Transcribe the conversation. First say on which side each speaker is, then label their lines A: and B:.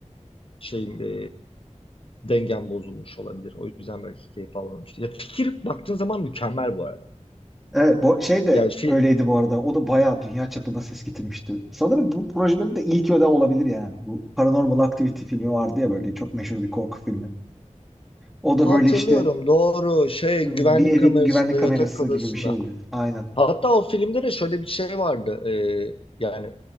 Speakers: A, on the left (about 45°); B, in the centre.
A: şeyim e, dengem bozulmuş olabilir. O yüzden belki keyif alamamıştım. Ya fikir baktığın zaman mükemmel bu arada.
B: Evet, bu şey de
A: Yani fi-
B: öyleydi bu arada. O da bayağı dünya çapında ses getirmişti. Sanırım bu projelerin de ilk öde olabilir yani. Bu Paranormal Activity filmi vardı ya böyle çok meşhur bir korku filmi. O da
A: Hatırlıyorum
B: böyle işte
A: doğru şey
B: hmm,
A: güvenlik
B: bir evin
A: kamerasında
B: güvenlik kamerası
A: yatak odasında.
B: gibi bir şeydi. Aynen.
A: Hatta o filmde de şöyle bir şey vardı. Ee, yani